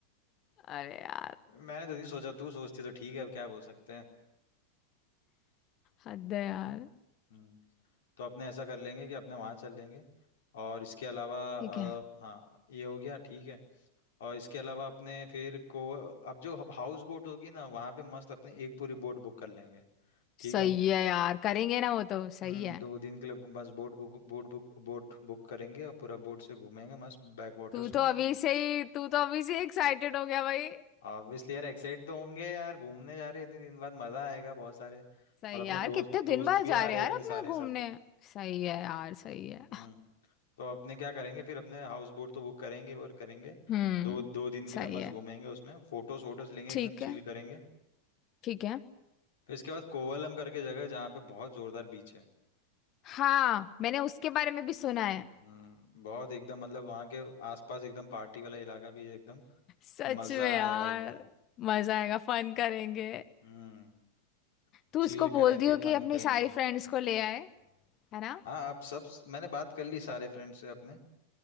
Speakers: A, on the left; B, on the left.
A: अरे यार
B: मैंने तो नहीं सोचा तू सोचती तो ठीक है अब क्या बोल सकते हैं
A: हद है यार
B: हम्म तो अपने ऐसा कर लेंगे कि अपने वहाँ चल लेंगे और इसके अलावा
A: ठीक है
B: अ, हाँ ये हो गया ठीक है और इसके अलावा अपने फिर को अब जो हाउस बोट होगी ना वहाँ पे मस्त अपने एक पूरी बोट बुक कर लेंगे ठीक
A: सही
B: है
A: है यार करेंगे ना वो तो सही
B: हम्म,
A: है
B: दो दिन के लिए बस boat book boat book boat book करेंगे और पूरा बोट से घूमेंगे मस्त बैक वाटर्स
A: तू तो
B: में
A: अभी से ही तू तो अभी से एक्साइटेड हो गया भाई
B: ऑब्वियसली यार एक्साइट तो होंगे यार घूमने जा रहे हैं इतने दिन बाद मजा आएगा बहुत सारे
A: सही
B: और अपने
A: है यार
B: दोस्त
A: कितने दिन
B: दोस्त
A: बाद
B: भी
A: जा
B: आ
A: रहे
B: रहे
A: हैं
B: हैं
A: यार
B: इतने
A: अपने
B: सारे
A: घूमने
B: सब
A: सही है यार सही है
B: हम्म तो अपने क्या करेंगे फिर अपने हाउस बोट तो बुक करेंगे ही और करेंगे
A: हम्म
B: दो दो दिन के
A: सही
B: लिए मस्त
A: है
B: घूमेंगे उसमें फोटोज वोटोज लेंगे
A: ठीक
B: एकदम चिल
A: है
B: करेंगे
A: ठीक है
B: फिर इसके बाद कोवलम करके जगह है जहाँ पे बहुत जोरदार बीच है
A: हाँ मैंने उसके बारे में भी सुना है
B: हम्म बहुत एकदम मतलब वहाँ के आसपास एकदम पार्टी वाला इलाका भी है एकदम
A: सच
B: मजा
A: में यार
B: आएगा एकदम
A: मजा आएगा फन करेंगे
B: हम्म
A: तू
B: चिल
A: उसको
B: करेंगे
A: बोल दियो
B: फन
A: कि अपनी
B: करेंगे
A: सारी फ्रेंड्स को ले आए है ना
B: हाँ अब सब मैंने बात कर ली सारे फ्रेंड से अपने